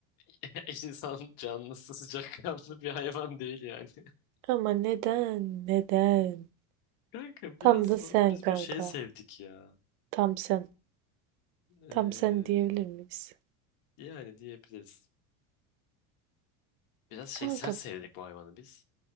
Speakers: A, on the left; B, on the right.
A: <laughs> insan canlısı sıcakkanlı bir hayvan değil yani. <laughs>
B: Ama neden? Neden?
A: Kanka biraz
B: Tam da sen
A: biz
B: kanka.
A: bu şeyi sevdik ya.
B: Tam sen.
A: Ee,
B: Tam sen diyebilir miyiz?
A: yani diyebiliriz. Biraz şey
B: Kanka.
A: sert sevdik bu hayvanı biz.